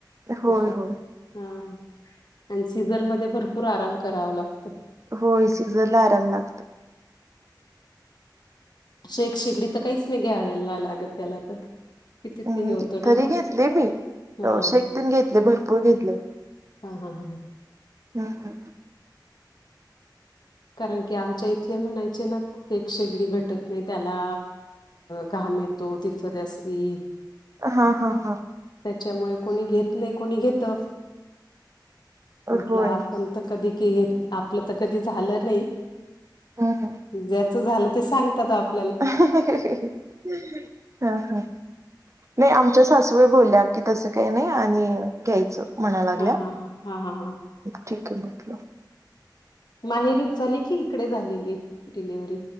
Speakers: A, on the right; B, on the left.
A: होय
B: तसा
A: होय
B: हा आणि सीझर मध्ये भरपूर आराम करावा लागतो.
A: होय, सीझरला आराम लागतो.
B: शेक, शेगडी तर काहीच नाही घ्या लागत त्याला तर. किती
A: हम्म,
B: ते हे होतं ना
A: तरी
B: मग
A: घेतले मी
B: हा
A: शेकतेन घेतले भरपूर घेतले.
B: हा हा ह ह.
A: हम्म.
B: कारण की, आमच्या इथले म्हणायचे ना शेक, शेगडी भेटत नाही त्याला घाम येतो तिथ त्यासनी.
A: हा हा हा.
B: त्याच्यामुळे कोणी घेत नाही कोणी घेत म्हटलं
A: होय
B: आपण तर कधी क घे आपलं तर कधी झालं नाही.
A: हम्म हम्म.
B: ज्याच झालं ते, सांगतात आप
A: ह्ह्ह <unintelligible> ह ह. नाही आमच्या सासूबाई बोलल्या की, तसं काही नाही, आणि घ्यायचं. म्हणाय लागल्या,
B: हा हा हा हा हा हा.
A: ठीके म्हटलं.
B: माहेरीच झाली. की इकडे झालेलीय, डिलेव्हरी?